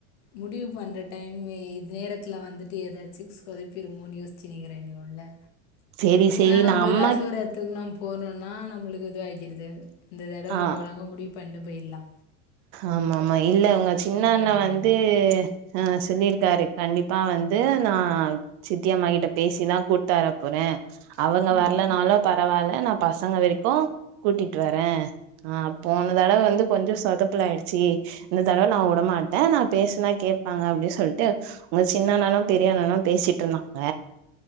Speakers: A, on the left; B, on the right.
A: முடிவு பண்ணுற டைமு இ நேரத்துல வந்து ட்டு ஏதாச்சி சொதப்பீரு மோனு யோ சினிரெனி உள்ள
B: சேரி சேரி
A: ஏன்னா நம்
B: நா
A: ஒரு
B: அம்மா
A: அசுரத்து நம் போணுன் ஆ நம்முளுக்கிது ஆக்கிருது இந்த தடவ
B: ஆ
A: நம் வழங்க முடிவு பண்ணு பேய்ல்லா
B: ஆமாம்மா இல்ல உங்க சின்ன
A: பிளான்ங்க
B: அண்ண வந்து
A: தான
B: ஆ சுனீல்காரு கண்டிப்பா வந்து நா சித்தியம்மாகிட்ட பேசிதா கூட்டர போறே அவங்க
A: ம்
B: வரலனாலு பரவால்ல நா பசங் வரைக்கு கூட்டிட்டு வரே அ போன தடவ வந்து கொஞ்ச சொத ப்லாயிடுச்சு இந்த தடவ நா உடமாட்டே நா பேசனா கேட்பாங்க அப்டி சொல்ட்டு உ சின்ன அண்ணனு பெரிய அண்ணனு பேசிட்டுருந்தாங்க